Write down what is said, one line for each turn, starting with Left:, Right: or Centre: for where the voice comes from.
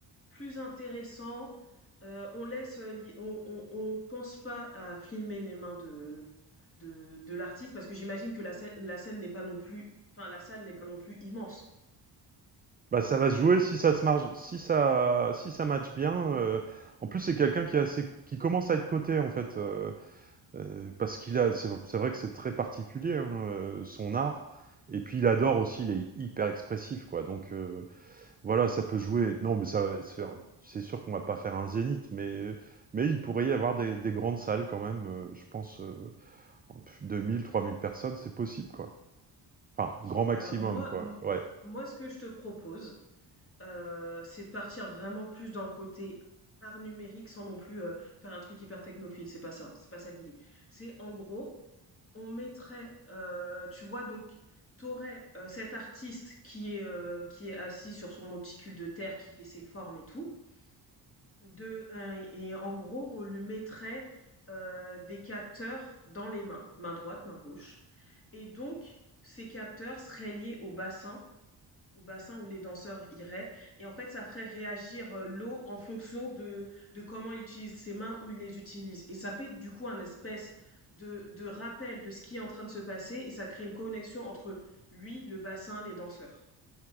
Left: plus intéressant, heu, on laisse, heu, li on on on pense pas à filmer les mains de de de l'artiste parce que j'imagine que la scè la scène n'est pas non plus enfin, la salle n'est pas non plus immense.
Right: Bah, ça va se jouer si ça se marge si ça si ça match bien, heu, en plus, c'est quelqu'un qui est assez qui commence à être coté, en fait, heu heu, parce qu'il a c'est c'est vrai que c'est très particulier, hein, heu, son art et puis il adore aussi, il est hyper expressif, quoi, donc heu, voilà, ça peut jouer. Non, mais ça va se faire, c'est sûr qu'on va pas faire un zénith, mais mais il pourrait y avoir des des grandes salles quand même, heu, je pense, heu, en pff, 2000-3000 personnes, c'est possible, quoi. Enfin,
Left: OK,
Right: grand maximum,
Left: alors moi,
Right: quoi,
Left: m
Right: ouais.
Left: moi, ce que je te propose Heu, c'est de partir vraiment plus dans le côté art numérique sans non plus, heu, faire un truc hyper technophile, c'est pas ça, hein, c'est pas ça l'idée. C'est en gros, on mettrait, heu, tu vois donc t'aurais aurais, cet artiste qui est, heu, qui est assis sur son monticule de terre, qui fait ses formes et tout, de un et en gros, on lui mettrait, heu, des capteurs dans les mains, main droite, main gauche et donc ces capteurs seraient liés au bassin au bassin où les danseurs iraient. Et en fait, ça ferait réagir euh, l'eau en fonction de, de comment il utilise ses mains, où il les utilise. Et ça fait du coup un espèce de, de rappel de ce qui est en train de se passer et ça crée une connexion entre lui, le bassin, les danseurs.